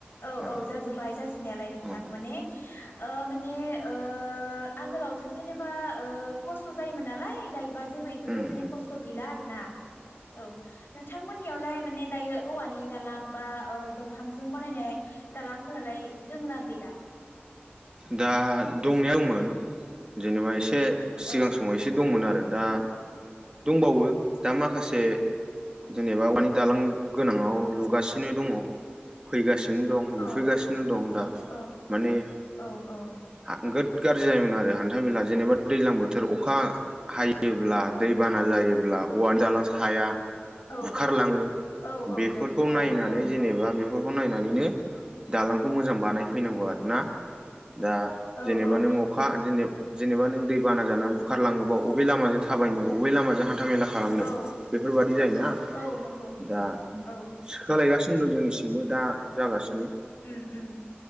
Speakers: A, on the left; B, on the right.
A: औ
B: अ
A: औ जाजोब्बाय जाजोबनायालाय नोंथां
B: अ
A: माने ओ- मा ने ओ- आगोलावथ' जेनेबा ओ- खस्थ' जायोमोन नालाय दायो बा जेबो बेफोरबायदिनो
B: उम उम
A: खस्थ' गैला आरोना औ। थांनियावलाय माने दायो औवानि दालां बा ओ- दंफांजों बानायनाय दालांफोरालाय दोंना गैला?
B: दा दंनाया अंमोन जेनेबा एसे। से सिगां
A: औ
B: समाव एसे दंमोन आरो। दा दंबावो दा माखासे जेनेबा औवानि दालां गोनाङाव लुगासिनो दङ फैगासि नो दं लुफैगासिनो
A: औ औ औ
B: दं दा
A: औ
B: माने ।
A: औ औ
B: आ गोद बिराद गाज्रि जायोमोन आरो हान्था मेला जेनेबा दैज्लां बोथोर अखा हायोब्ला दै बाना जायोब्ला औवानि जालां साया
A: औ
B: बुखारलाङो
A: औ औ
B: बेफोरखौ
A: नंगौ थाया
B: नायनानै
A: औ
B: जेनेबा
A: औ
B: बेफोरखौ नायनानै । बेनो दालांखौ मोजां बानायफैनांगौ आरोना। दा
A: औ
B: जेनेबा
A: औ
B: नों अखा जेनेब जेनेबा नों दै बाना जानानै बुखारलाङोबा अबे लामाजों थाबायनो अबे लामाजों हान हान्था मेला खालामनो
A: औ
B: बेफोरबायदि जायोना
A: औ नंगौ
B: दा
A: औ
B: सोलायगासिन खुनु जोंनिसिमबो दा जागासि
A: ओम ओम